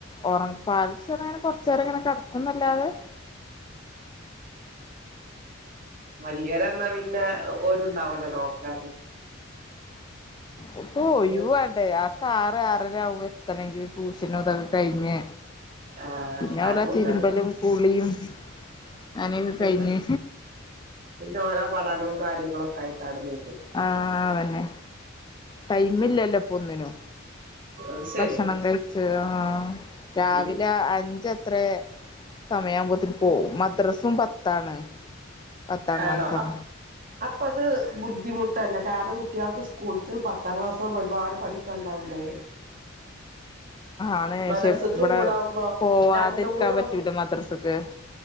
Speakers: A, on the left (about 20°); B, on the right (about 45°).
A: <unintelligible> കൊറച്ച് നേരം ഇങ്ങനെ കെടക്കുമെന്ന് അല്ലാതെ
B: വലിയൊരനെ എന്നാ പിന്നെ ഒര് ഉണ്ടാവല്ലോ നോക്കാൻ
A: അന്നോ <unintelligible>
B: വല്യ
A: കാറ് ആറരാക്കുമ്പോൾ എത്തണമെങ്കില് ട്യൂഷനും അതൊക്കെ കഴിഞ്ഞ്
B: ആഹ്
A: പിന്നെ അവരടെ
B: അതുണ്ടല്ലോ
A: തിരുമ്പലും കുളിയും അങ്ങനെയൊക്കെ
B: പിന്നെ
A: കഴിഞ്ഞ്
B: പിന്നെ ഓളെ പടാനും കാര് കാര്ങ്ങളൊക്ക്യാ ആയിട്ട അട്ന്നി
A: ആതന്നെ ടൈമില്ലല്ലോപ്പൊന്നിനു
B: അത് ശരിയാണ്
A: ഭക്ഷണം കഴിച്ച് ആഹ് രാവിലെ
B: ഉം
A: അഞ്ച അത്രേ സമയാഉമ്പോത്ത്ന് പോവും മദ്രസും പത്താണ് പത്താം ക്ലാസം
B: ആണോ അപ് അപ്പ അത് ബുദ്ധിമുട്ടന്നെ കാര്ണം കുട്ട കുട്ട്യേൾക്ക് സ്കൂൾറ്റു പത്താം ക്ലാസ് ഇപ്പം ഒരുപാട് പഠിക്കാണ്ടാവുലേ
A: ആണ്
B: മദ്രസത്തും
A: ക്ഷെ ഇവടെ
B: കൂടാവുമ്പോ
A: പോവാതിരിക്കാ
B: രണ്ടും കൂടെ
A: പറ്റൂല
B: ആവുമ്പോ
A: മദ്രസ്ക്ക്